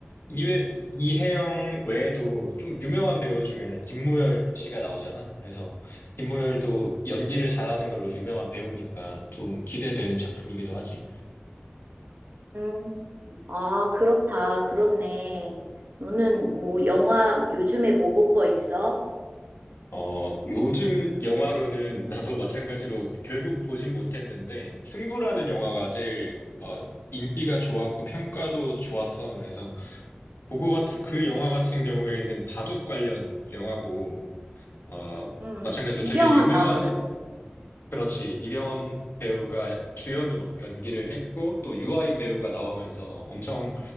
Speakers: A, on the left; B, on the right.
A: 이외, 이혜영 외에도 좀 유명한 배우 중에는 김무열 씨가 나오잖아. 그래서 김무열도 연기를 잘하는 걸로 유명한 배우니까 좀 기대되는 작품이기도 하지.
B: 음. 아, 그렇다. 그렇네. 너는 뭐 영화 요즘에 뭐 본 거 있어?
A: 어, 요즘 영화로는 <laughs> 나도 마찬가지로 결국 보진 못했는데 승부라는 영화가 제일 어, 인기가 좋았고 평가도 좋았어. 그래서 그거 같은 그 영화 같은 경우에는 바둑 관련 영화고 어,
B: 음.
A: 마찬가지로
B: 이병헌
A: 되게 유명한
B: 나오는 거.
A: 그렇지. 이병헌 배우가 주연으로 연기를 했고, 또 유아인 배우가 나오면서 엄청